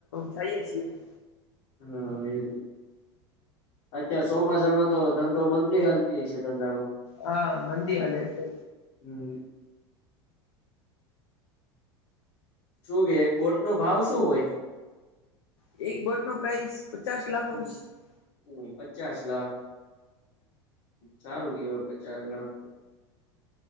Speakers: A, on the left (about 75°); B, on the left (about 55°).
A: જઈએ છીએ અમે
B: હા એ અતા સોમ મજામાં તો ધંધો મંદી હાલતી છે ધંધામાં
A: હા મંદી હલે છે
B: હમ જો કે એક બોટ નો ભાવ શું હોય
A: એક બોટ નો પ્રાઇસ પચાસ લાખ
B: હમ
A: હોય.
B: હમ પચાસ લાખ સારું કેવાય પચાસ લાખ